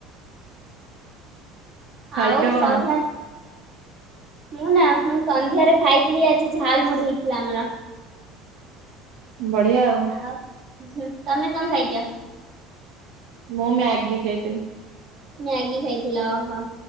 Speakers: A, on the right (about 55°); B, on the right (about 30°).
A: <inaudible> ଖାଇଛ
B: ଆଉ
A: କଣ?
B: ସନ୍ଧ୍ୟା ମୁଁ ନା ମୁଁ ସନ୍ଧ୍ୟାରେ ଖାଇଥିଲି ଆଜି ଝାଲ ମୁଢ଼ି ହେଇଥିଲା ଆମର।
A: ବଢିଆ ଆଉ।
B: ଆଉ ତମେ କଣ ଖାଇଛ
A: ମୁଁ ମ୍ୟାଗି ଖାଇଥିଲି।
B: ମ୍ୟାଗି ଖାଇଥିଲ ଓହୋ